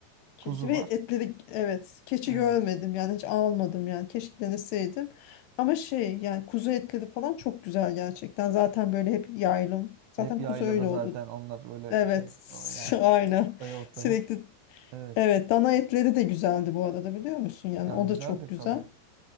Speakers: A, on the left; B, on the right.
A: Keçi
B: Kuzu
A: ve
B: var.
A: etleri evet keçi
B: Evet.
A: görmedim yani hiç almadım yani keşke deneseydim. Ama şey yani kuzu etleri falan çok güzel gerçekten zaten böyle hep yaylım. Zaten
B: Hep yaylada
A: kuzu öyle
B: zaten
A: oldu.
B: onlar öyle
A: Evet
B: şey o yani
A: <laughs> aynen
B: otlaya otlaya.
A: sürekli
B: Evet.
A: evet dana etleri de güzeldi bu arada biliyor musun yani
B: Ya
A: o
B: güzeldir
A: da çok güzel.
B: tabii.